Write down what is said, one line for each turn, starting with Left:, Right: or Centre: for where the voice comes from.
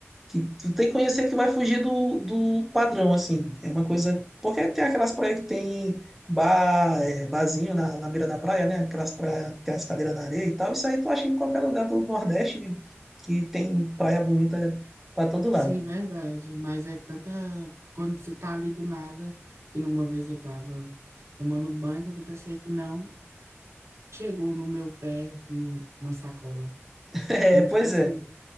Centre: que tu tem que conhecer que vai fugir do, do padrão, assim. É uma coisa. Porque tem aquelas praias que tem bar, é, barzinho na, na beira da praia, né? Aquelas praias que tem as cadeiras na areia e tal. Isso aí tu acha em qualquer lugar do Nordeste que tem praia bonita pra todo
Right: Sim,
Centre: lado.
Right: verdade.
Centre: <laughs>
Right: Mas é tanta. Quando você tá ali do nada, que numa vez eu tava tomando banho, quando eu pensei que não, chegou no meu pé um- uma sacola.
Centre: É,
Right: Então, tipo
Centre: pois
Right: assim,
Centre: é.